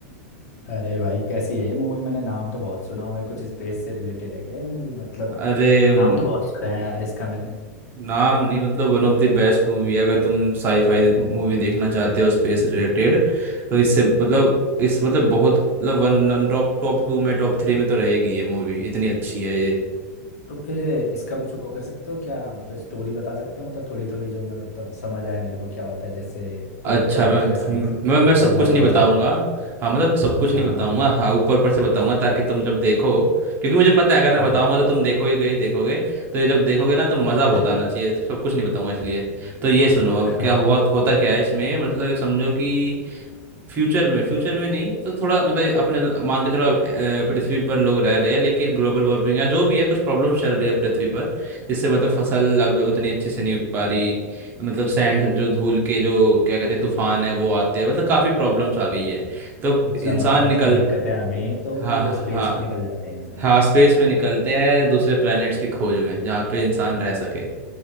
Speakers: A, on the left (about 70°); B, on the right (about 25°).
A: अरे भाई कैसी है ये मूवी मैंने नाम तो बहुत सुना हुआ है कुछ स्पेस से रिलेटेड है क्या ये मूवी मतलब
B: अरे म,
A: नाम तो बहुत सुना है यार इसका मैंने
B: नाम नहीं मतलब one of the best movie अगर तुम साईफाई मूवी देखना चाहते हो स्पेस रिलेटेड तो इससे मतलब इस मतलब बहुत मतलब वन टॉप टॉप टू में टॉप थ्री में तो रहेगी ये मूवी इतनी अच्छी है ये
A: तो फिर इसका कुछ वो कर सकते हो क्या मतलब स्टोरी बता सकते हो मतलब थोड़ी थोड़ी जो मैं मतलब समझ आए मेरे को क्या होता है जैसे
B: अच्छा
A: कोई प्लॉट
B: मैं
A: है ऐसा
B: हम-
A: मतलब
B: मैं मैं
A: तुम्हें
B: सब
A: बहुत
B: कुछ नहीं
A: मजा
B: बताऊंगा
A: आया हो
B: हाँ मतलब सब कुछ नहीं
A: हाँ
B: बताऊंगा
A: हाँ बिल्कुल
B: हाँ ऊपर ऊपर से बताऊंगा ताकि तुम जब देखो क्योंकि मुझे पता है अगर
A: हाँ
B: मैं बताऊंगा
A: हाँ
B: तो तुम देखो ही गए देखोगे तो ये जब देखोगे ना तो मज़ा बहुत
A: <laughs>
B: आना चाहिए सब कुछ नहीं बताऊंगा इसलिए तो ये सुनो अब
A: हाँ
B: क्या
A: हाँ
B: हुआ होता क्या है इसमें मतलब एक समझो कि फ्यूचर में फ्यूचर में नहीं तो थोड़ा मतलब अपने मान के चलो अ, पृथ्वी पर लोग रह रहे हैं लेकिन ग्लोबल वार्मिंग या जो भी है कुछ प्रॉब्लम चल रही है पृथ्वी पर जिससे मतलब फसल अब उतनी अच्छे से नहीं उग पा रही मतलब सैंड जो धूल के जो क्या कहते हैं तूफान है वो आते हैं मतलब काफ़ी प्रॉब्लम्स आ गई है तो
A: अच्छा
B: इंसान
A: मतलब अर्थ
B: निकल
A: में दिक्कतें आ गई हैं तो
B: हाँ
A: वो
B: हाँ
A: स्पेस
B: हाँ
A: को निकल जाते हैं इंसान
B: हाँ स्पेस में निकलते हैं दूसरे प्लैनेट्स की खोज में जहाँ पे इंसान रह सके